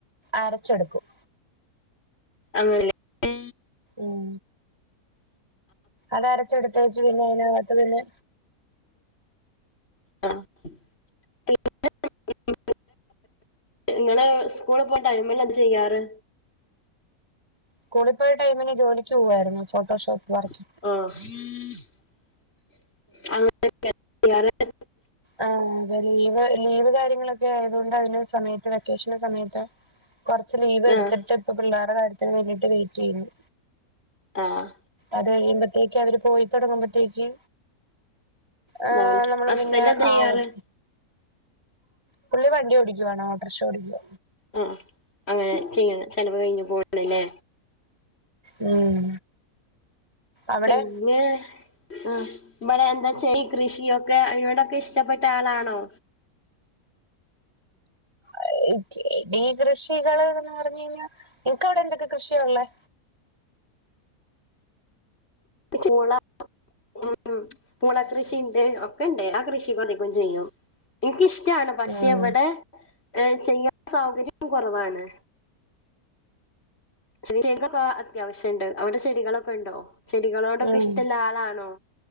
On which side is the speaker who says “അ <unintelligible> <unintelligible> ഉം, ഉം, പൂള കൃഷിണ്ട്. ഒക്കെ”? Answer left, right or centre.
Left